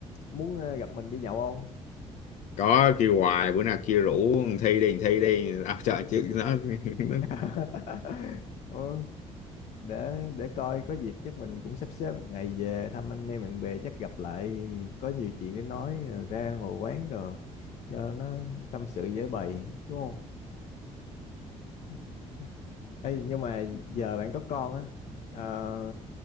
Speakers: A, on the left; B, on the left.
A: muốn à, gặp mình đi nhậu không
B: có kêu hoài bữa nào kêu rủ thằng thi đi thằng thi đi à, trời chứ nó, <laughs> nó
A: <laughs> Ừ, để để coi có dịp chắc mình cũng sắp xếp một ngày về thăm anh em bạn bè chắc gặp lại có nhiều chuyện để nói rồi ra ngồi quán rồi cho nó tâm sự dễ bày đúng không <laughs> Ê, nhưng mà giờ bạn có con á ờ,